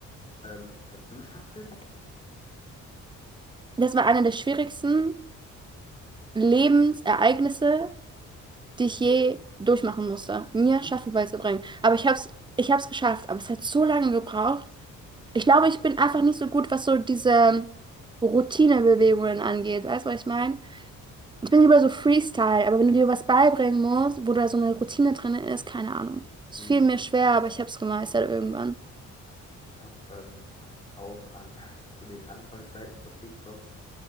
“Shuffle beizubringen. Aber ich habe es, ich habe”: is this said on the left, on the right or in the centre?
Right